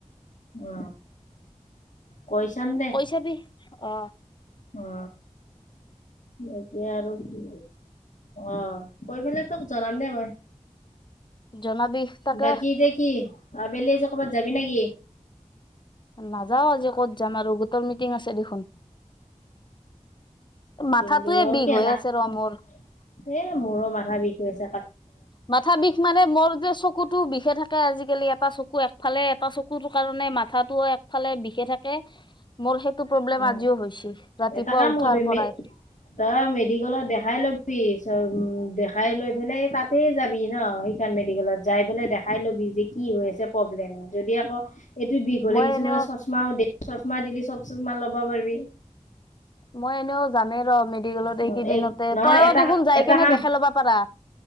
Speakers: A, on the left; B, on the left.
A: অ কৈ চাম দে
B: কৈ চাবি অ
A: অ এাকে আৰু কি আহ কৈ পেলাই তোক জনাম দেই মই
B: জনাবি তাকে
A: বাকী এতিয়া কি আবেলি আহ যে কৰ'বাত যাবি নেকি
B: নাযাও আজি ক'ত যাম আৰু গোটৰ মিটিং আছে দেখোন মাথাটোয়ে
A: এই বুলি আৰু
B: বিষ
A: কে
B: হৈ
A: না
B: আছে ৰ
A: এ
B: মোৰ
A: মোৰো মাথা বিষ হৈছ
B: মাথা বিষ মানে মোৰ যে চকুতো বিষে থাকে আজিকালি এটা চকু একফালে এটা চকু কুৰ কাৰণে মাথা একফালে বিষে থাকে মোৰ সেইটো প্ৰব্লেম
A: অ
B: আজিও হৈছে ৰাতিপুৱা
A: এটা কাম
B: উঠাৰ
A: কৰিবি
B: পৰাই
A: মে তই মেডিকেলত দেখাই লবি চ উম দেখাই লৈ পেলাই তাতে যাবি ন সেইখন মেডিকেলত যাই পেলাই দেখাই লবি যে কি হয় প্ৰব্লেম যদি আকৌ এইটো বিষ হলে
B: মই
A: কিছুমানে
B: এনেও
A: চশমাও দ চশমা দিলি চ চশমা লব পাৰিবি
B: মই এনেও জানেই ৰ মেডিকেলত এইকেইদিনতে
A: অ এক নহয়
B: তইো
A: এটা
B: দেখোন যাই
A: এটা
B: কেনে
A: কাম
B: দেখাই ল'বা পাৰা